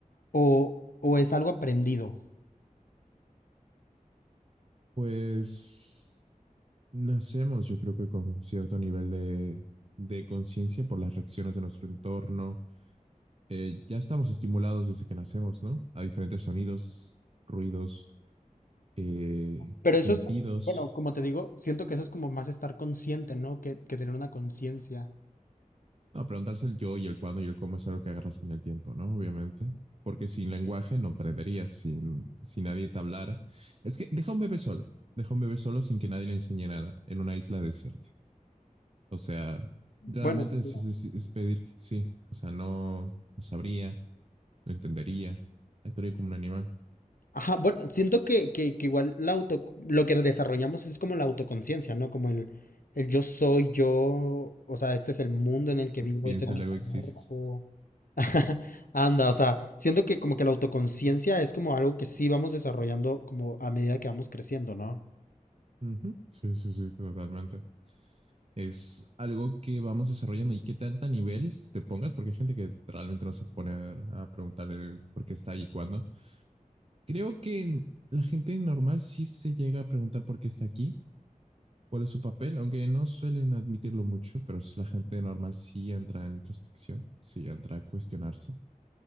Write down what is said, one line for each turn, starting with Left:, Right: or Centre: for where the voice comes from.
Left: o, o es algo aprendido?
Right: Pues nacemos, yo creo que con cierto nivel de, de conciencia por las reacciones de nuestro entorno. Eh, ya estamos estimulados desde que nacemos, ¿no? A diferentes sonidos, ruidos, eh,
Left: Pero
Right: sentidos
Left: eso es, bueno, como te digo, siento que eso es como más estar consciente, ¿no? Que, que tener una conciencia.
Right: No, preguntarse el yo y el cuándo y el cómo es algo que agarras con el tiempo, ¿no? Obviamente. Porque sin lenguaje no aprenderías, sin, si nadie te hablara. Es que deja un bebé solo, deja un bebé solo sin que nadie le enseñe nada en una isla desierta. O sea,
Left: Bueno,
Right: realmente
Left: sí.
Right: es, es- es pedir, sí, o sea, no, no sabría, no entendería, actuaría como un animal,
Left: Ajá, bueno, siento que, que, que igual la auto, lo que desarrollamos es como la autoconciencia, ¿no? Como el, el yo soy yo, o sea, este es el mundo en el que vivo,
Right: piensa
Left: este es mi
Right: y luego
Left: cuerpo.
Right: existe.
Left: <laughs> Anda, o sea, siento que como que la autoconciencia es como algo que sí vamos desarrollando como a medida que vamos creciendo, ¿no?
Right: Ujú. Sí, sí, sí, totalmente. es algo que vamos desarrollando y qué tanta nivel te pongas, porque hay gente que realmente no se pone a, a preguntar el por qué está ahí y cuándo. Creo que la gente normal sí se llega a preguntar por qué está aquí, cuál es su papel, aunque no suelen admitirlo mucho, pero la gente normal sí entra en introspección, sí entra a cuestionarse,